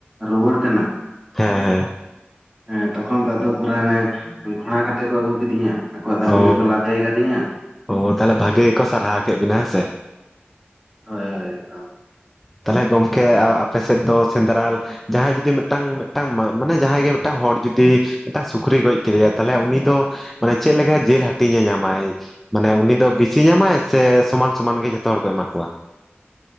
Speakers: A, on the right; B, in the centre.
A: ᱨᱩᱣᱟᱹᱲ ᱠᱟᱱᱟ
B: ᱦᱮᱸ ᱦᱮᱸ
A: ᱦᱮᱸ ᱛᱚᱠᱷᱚᱱ ᱫᱚ ᱟᱫᱚ ᱯᱩᱨᱟ ᱚᱱᱮ ᱜᱷᱚᱲᱟ ᱠᱟᱛᱮ ᱠᱚ ᱟᱹᱜᱩ ᱠᱤᱫᱤᱧᱟ ᱟᱠᱚᱣᱟᱜ ᱫᱟᱹᱵᱤ
B: ᱚ
A: ᱨᱮᱠᱚ ᱞᱟ ᱞᱟᱹᱭ ᱠᱟᱫᱤᱧᱟ
B: ᱚ ᱛᱟᱦᱚᱞᱮ ᱵᱷᱟᱜᱤ ᱜᱮᱠᱚ ᱥᱟᱨᱦᱟᱣ ᱠᱮᱫ ᱵᱤᱱᱟ ᱦᱮᱸ ᱥᱮ
A: ᱦᱳᱭ ᱦᱳᱭ ᱛᱚ
B: ᱛᱟᱦᱚᱞᱮ ᱜᱚᱢᱠᱮ ᱟᱯᱮ ᱥᱮᱫ ᱫᱚ ᱥᱮᱸᱫᱽᱨᱟ ᱾ ᱡᱟᱦᱟᱸᱭ ᱡᱩᱫᱤ ᱢᱤᱫᱴᱟᱝ ᱢᱤᱫᱴᱟᱝ ᱢᱟᱱᱮ ᱡᱟᱦᱟᱸᱭ ᱜᱮ ᱢᱤᱫᱴᱟᱝ ᱦᱚᱲ ᱡᱩᱫᱤ ᱢᱤᱫᱴᱟᱝ ᱥᱩᱠᱨᱤ ᱜᱚᱡ ᱠᱮᱫᱮᱭᱟ ᱛᱟᱦᱞᱮ ᱩᱱᱤ ᱫᱚ ᱢᱟᱱᱮ ᱪᱮᱫ ᱞᱮᱠᱟ ᱡᱤᱞ ᱦᱟᱹᱴᱤᱧᱮ ᱧᱟᱢᱟᱭ ᱢᱟᱱᱮ ᱩᱱᱤ ᱫᱚ ᱵᱤᱥᱤ ᱧᱟᱢᱟᱭ ᱥᱮ ᱥᱚᱢᱟᱱ ᱥᱚᱢᱟᱱ ᱜᱮ ᱡᱷᱚᱛᱚ ᱦᱚᱲ ᱠᱚ ᱮᱢᱟ ᱠᱚᱣᱟ